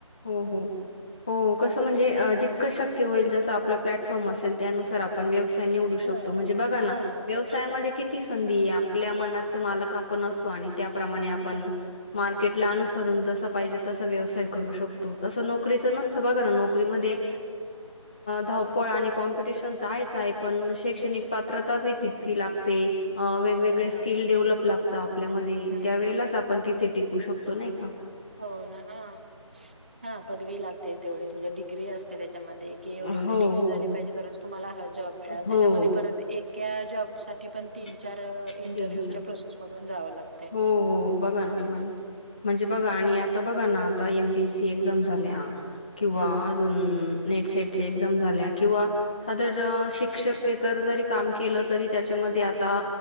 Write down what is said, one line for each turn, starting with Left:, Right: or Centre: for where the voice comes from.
Left: हो हो हो कस म्हणजे जितकं
Right: हा
Left: शक्य होईल जस आपला्लटफॉर्म असेल त्यानुस आपण्यवस् व शतोणे
Right: का
Left: बा व्यवसाया
Right: हा करू शकतात
Left: किध आपल्या मनाच मालक आपण असतो आणि त्या प्रमाणे आपण
Right: हा हा
Left: कटला अुसरून जसा पाहिजे तसा व्यवसाय करू शकतो तस नको कस नसत
Right: हा.
Left: बघा ना नोकरीमध्ये धावपळ आणि स्पर्धा आहेच आहे शैक्षणिक पात्रता पण लागते अ वेगवेगळ्या
Right: हो ना हा
Left: स्किल डेव्हलप लागतात ताप आपल्यामध्ये
Right: हम्म
Left: त्यावेेळेच आपण त ते टिकू शकतो नाही का?
Right: हो ना हा हा पदवी लागते तेवढीच म्हणजे डिग्री असते त्याच्यामध्ये की एवढी-
Left: हो,
Right: एवढी डिग्री
Left: हो,
Right: झाली पाहिजे तरच तुम्हाला हा जॉब मिळाल
Left: हो.
Right: त्याच्यामध्ये परत एक जॉब साठी पण तीन
Left: तीन
Right: चार इंटरव्ह्यूच्या
Left: चार
Right: प्रोसेस मधून जावं लागतंय.
Left: हो हो बघा ना बघा ना म्हणजे बघा
Right: हम्म
Left: नी आता बघा आता एम बीएससी एक्झाम्स झाल्या हा किंवा
Right: हम्म
Left: अजून नेट सेटच्या एक्झाम झाल्या किंवा सदर शिक शिक्षकेतर जरी काम केलं तरी त्याच्यामध्ये आता